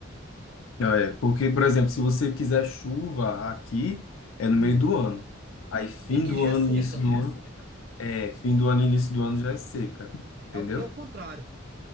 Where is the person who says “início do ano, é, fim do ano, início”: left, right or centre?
Left